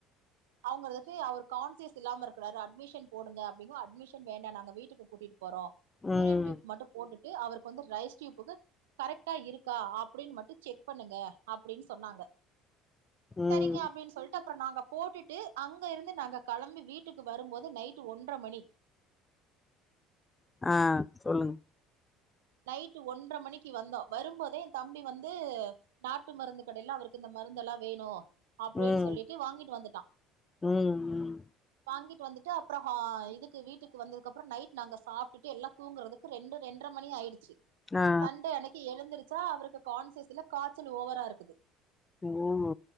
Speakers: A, on the right; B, on the left.
A: அவுங்களுக்கு‌ அவர் கான்சியஸ் இல்லாம இருக்குறாரு அட்மிஷன் போடுங்க அப்டின்னு அட்மிஷன் வேண்டா நாங்க வீட்டுக்கு கூட்டிட்டு போறோ
B: ம்
A: யூரின் டியூப் மட்டு போட்டுட்டு அவருக்கு வந்து ரைஸ் டியுப்புக்கு கரெக்டா இருக்கா அப்டின்னு மட்டு செக் பண்ணுங்க அப்டின்னு சொன்னாங்க
B: ம்
A: சரிங்க அப்டின்னு சொல்லிட்டு அப்போ நாங்க போட்டுட்டு அங்கருந்து நாங்க கெளம்பி வீட்டுக்கு வரும்போது நைட் டு ஒன்ட்ர மணி
B: ஆ சொல்லுங்க
A: நைட்டு ஒன்ற மணிக்கி வந்தோ வரும்போதே என் தம்பி வந்து நாட்டு மருந்து கடையில அவருக்கு இந்த மருந்தெல்லா வேணு அப்டின்னு
B: ம்
A: சொல்லிட்டு வாங்கிட்டு வந்துட்டா
B: ம் ம்
A: வாங்கிட் டு வந்துட்டு அப்றோ ஹா இதுக்கு வீட்டுக்கு வந்ததுக்கப்ற நைட் நாங்க சாப்டுட்டு எல்லா தூங்கறதுக்கு ரெண்டு ரெண்டர மணி ஆயி ச்சு
B: ஆ
A: சண்டே அன்னைக்கி எழுந்துருச் ‌ச்சா அவருக்கு கான்சியஸ்சில்ல காச்சல் ஓவரா இருக்குது
B: உம்